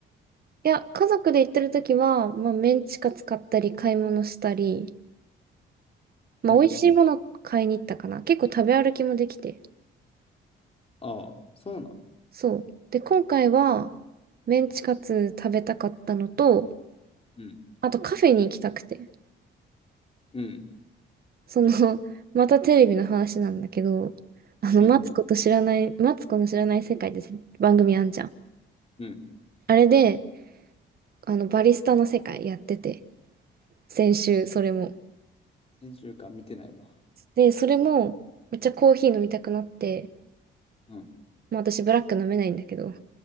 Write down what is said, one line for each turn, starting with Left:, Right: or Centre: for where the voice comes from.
Right: いや、家族で行ってる時は、まあ、メンチカツ買ったり、買い物したり、まあ、
Left: うん。
Right: 美味しいもの買いに行ったかな。結構食べ歩きもできて。
Left: ああ、そうなん。
Right: そう。で、今回は、メンチカツ食べたかったのと、
Left: うん、
Right: あとカフェに行きたくて。
Left: うん、
Right: その、<laughs> またテレビの話なんだけど、あの、
Left: うん、
Right: マツコと知らない、マツコの知らない世界って番組あんじゃん。
Left: うん。
Right: あれで、あの、バリスタの世界やってて、先週、それも。
Left: 先週間見てないわ。
Right: で、それも、めっちゃコーヒー飲みたくなって、
Left: うん。
Right: まあ私ブラック飲めないんだけど。